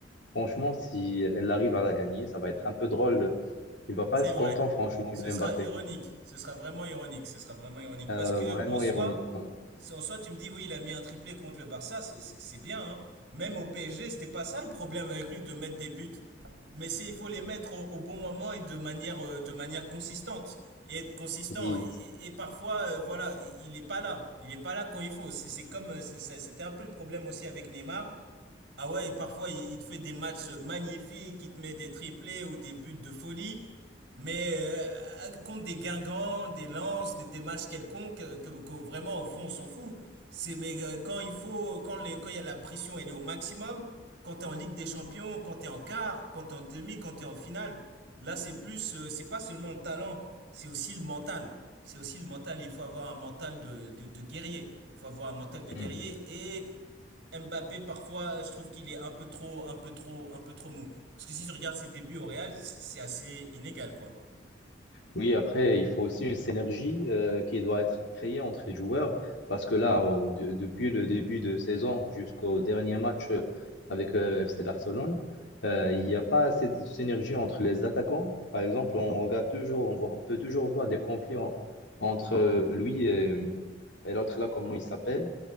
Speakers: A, on the left (about 75°); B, on the right (about 65°).
A: Franchement, si elle arrive à la gagner, ça va être un peu drôle. Il va pas
B: C'est
A: être
B: vrai.
A: content, franchement,
B: Ce
A: le
B: sera
A: Mbappé.
B: ironique. Ce sera vraiment ironique. Ce sera vraiment ironique.
A: Euh,
B: Parce que
A: vraiment
B: en soi,
A: ironique. voilà.
B: en soi, tu me dis, oui, il a mis un triplé contre le Barça, c'est c'est- c'est bien. hein. Même au PSG, c'était pas ça le problème avec lui de mettre des buts. Mais c'est, il faut les mettre au, au bon moment et de manière, euh, de manière consistante. Et être consistant.
A: Oui.
B: Et, et- et parfois, euh, voilà, il n'est pas là. Il n'est pas là quand il faut. C'est c'est comme, euh, c'est- c'est- c'était un peu le problème aussi avec Neymar. Ah ouais, parfois il il te fait des matchs magnifiques, il te met des triplés ou des buts de folie, mais euh, contre des Guingamp, des Lens, des, des matchs quelconques, euh, que, que vraiment au fond on s'en fout. C'est mais euh, quand il faut, quand les, quand il y a la pression, elle est au maximum. Quand t'es en Ligue des Champions, quand t'es en quart, quand t'es en demi, quand t'es en finale, là c'est plus, euh, c'est pas seulement le talent, c'est aussi le mental. C'est aussi le mental. Il faut avoir un mental de, de, de guerrier. Il faut avoir un mental de guerrier
A: Mm.
B: et Mbappé, parfois, je trouve qu'il est un peu trop, un peu trop, un peu trop mou. Parce que si je regarde ses débuts au Real, c'est c'est assez inégal, quoi.
A: Oui, après, il faut aussi une synergie euh, qui doit être créée entre les joueurs. Parce que là, au- de- depuis le début de saison jusqu'au dernier match euh, avec euh, FC Barcelone, euh, il n'y a pas assez de synergie entre les attaquants. Par exemple, on regarde toujours, on voit- on peut toujours voir des conflits en- entre euh, lui et, et l'autre là, comment il s'appelle